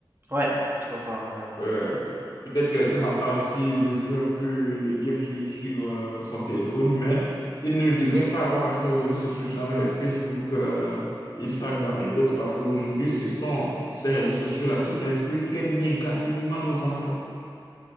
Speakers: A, on the right (about 25°); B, on the left (about 50°).
A: Ouais, je comprends, ouais.
B: euh, peut-être euh, de temps en temps aussi de jouer un peu le game sur, sur, euh, son téléphone, mais il ne devrait pas avoir accès aux réseaux sociaux, genre les Facebook, euh, Instagram et autres, parce qu'aujourd'hui, ce sont ces réseaux sociaux-là qui influent très négativement nos enfants.